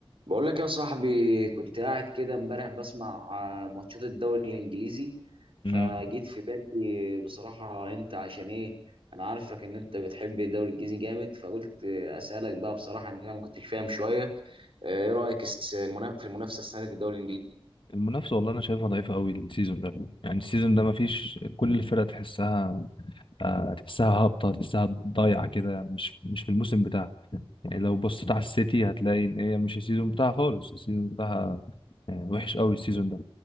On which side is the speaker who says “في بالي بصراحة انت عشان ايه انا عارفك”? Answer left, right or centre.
Right